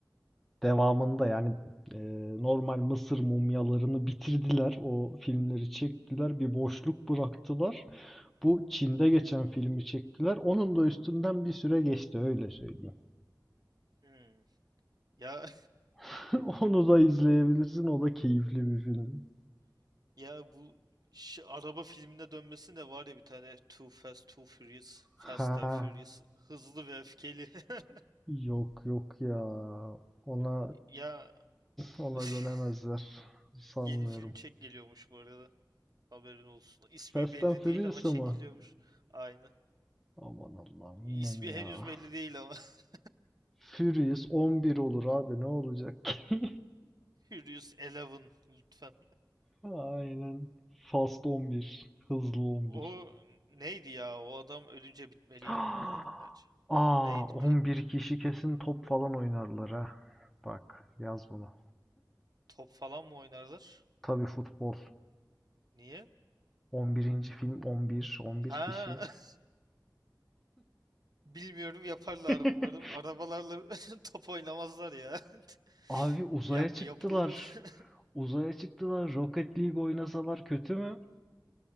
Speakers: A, in the centre; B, on the right.
A: Devamında yani e, normal Mısır mumyalarını bitirdiler. O filmleri çektiler. Bir boşluk bıraktılar. Bu Çin'de geçen filmi çektiler. Onun da üstünden bir süre geçti öyle söyleyeyim.
B: Hmm. Ya
A: <laughs> Onu da izleyebilirsin. O da keyifli bir film.
B: <laughs> ya bu şu araba filmine dönmesi de var ya bir tane Too Fast Too Furious
A: Ha,
B: Fast and Furious hızlı ve öfkeli. <laughs>
A: yok yok ya. Ona
B: Ya
A: ona
B: <laughs>
A: dönemezler. Sanmıyorum.
B: yeni film çek geliyormuş bu arada. Haberin olsun. İsmi
A: Fast
B: belli
A: and Furious'a
B: değil ama çekiliyormuş.
A: mı?
B: Aynen.
A: Aman Allah'ım
B: İsmi
A: yine mi ya?
B: henüz belli değil ama. <laughs>
A: Furious 11 olur abi ne olacak? ki?
B: Furious Eleven lütfen.
A: Aynen. Fast 11. Hızlı 11.
B: O neydi ya? O adam ölünce bitmeliydi
A: <gasps>
B: bunlar ama bence.
A: Aa,
B: Neydi? Pi-
A: 11 kişi kesin top falan oynarlar ha. Bak yaz bunu.
B: top falan mı oynarlar?
A: Tabii futbol.
B: Niye?
A: 11. film 11. 11
B: Ha,
A: kişi.
B: <laughs> bilmiyorum yaparlar
A: <laughs>
B: umarım. Arabalarla <laughs> top oynamazlar ya. <laughs>
A: Abi uzaya
B: Yap,
A: çıktılar.
B: yapıldı. <laughs>
A: Uzaya çıktılar. Rocket League oynasalar kötü mü?